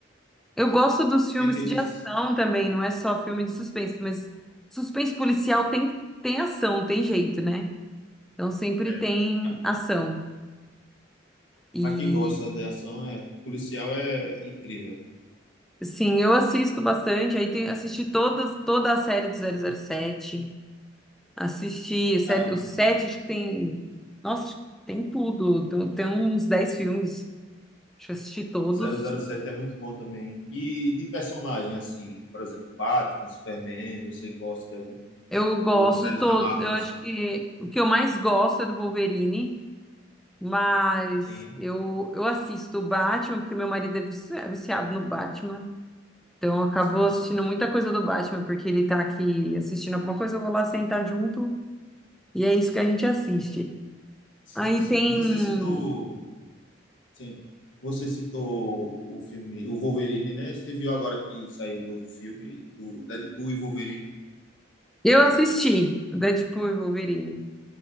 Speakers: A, in the centre; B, on the left.
A: Eu gosto dos filmes
B: Tem aqueles.
A: de ação também, não é só filme de suspense, mas suspense policial tem, tem ação, tem jeito, né? Então sempre
B: É.
A: tem
B: Pra
A: ação. E,
B: pra quem gosta de ação, é policial é incrível.
A: sim, eu assisto bastante. Aí tem, assisti todas, toda a série do zero zero sete Assisti os sete,
B: Caramba,
A: os sete, acho que tem. Nossa, tem tudo. Tem, tem uns dez filmes. Acho que eu assisti todos.
B: zero zero sete é muito bom também. hein? E de personagem, assim, por exemplo, Batman, Superman, você gosta de algum?
A: Eu gosto
B: Ou séries
A: de todos.
B: da Marvel,
A: Eu acho
B: assim?
A: que o que eu mais gosto é do Wolverine, mas
B: Sim,
A: eu, eu assisto o Batman, porque meu marido é vici- é viciado no Batman. Então eu acabo
B: sim,
A: assistindo
B: sim.
A: muita coisa do Batman, porque ele tá aqui assistindo alguma coisa, eu vou lá sentar junto, e é isso que a gente assiste.
B: Sim,
A: Aí
B: sim.
A: tem.
B: E você citou. Sim. Você citou o filme, o Wolverine, né? Você viu agora que saiu o novo filme do Deadpool e Wolverine?
A: Eu assisti Deadpool e Wolverine.